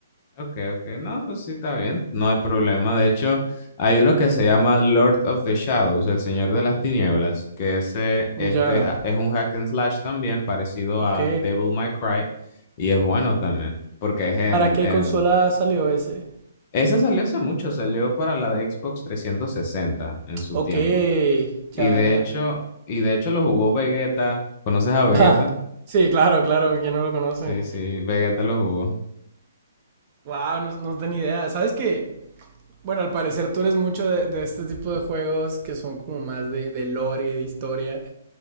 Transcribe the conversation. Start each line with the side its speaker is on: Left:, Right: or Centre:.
Left: ok, ok. No, pues sí, está bien. No hay problema. De hecho, hay uno que se llama Lord of the Shadows, el Señor de las Tinieblas, que ese es
Right: Ya,
Left: de, es un hack and slash también, parecido
Right: ok.
Left: a Devil May Cry, y es bueno también, porque es en,
Right: ¿Para qué
Left: en...
Right: consola salió ese?
Left: Ese salió hace mucho, salió para la de Xbox 360 en su
Right: Ok,
Left: tiempo. Y
Right: ya,
Left: de
Right: ya.
Left: hecho, y de hecho lo jugó Vegeta. ¿Conoces a Vegeta?
Right: Ah, sí, claro, claro, ¿quién no lo conoce?
Left: Sí, sí, Vegeta lo jugó.
Right: Wow, no, no tenía idea. ¿Sabes qué? Bueno, al parecer tú eres mucho de, de este tipo de juegos que son como más de, de lore, de historia.